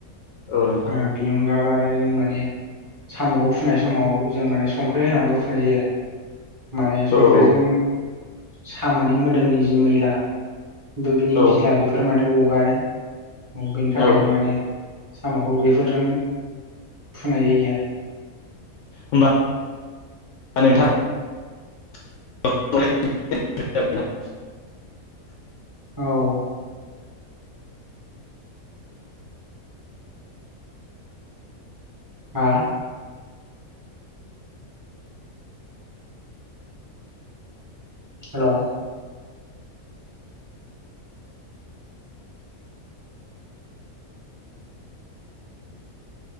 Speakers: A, on the left (about 65°); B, on the right (about 20°).
A: औ नोंथां
B: बेनि
A: औ
B: अनगाबो आरो जोङो माने साम'खौ फुनाय समाव जों माने संख्रि होनानैबो फुनाय जायो आरो । माने संख्रिजों
A: औ औ
B: साम'नि मोदोमनि जि मैला । बिनि
A: औ
B: बिज्ला बेफोर माने गगारो बेनि थाखायनो
A: औ
B: माने साम'खौ बेफोरजों फुनाय जायो आरो ।
A: होमबा नोंथां <unintelligible>
B: औ‌ हा? हेलौ।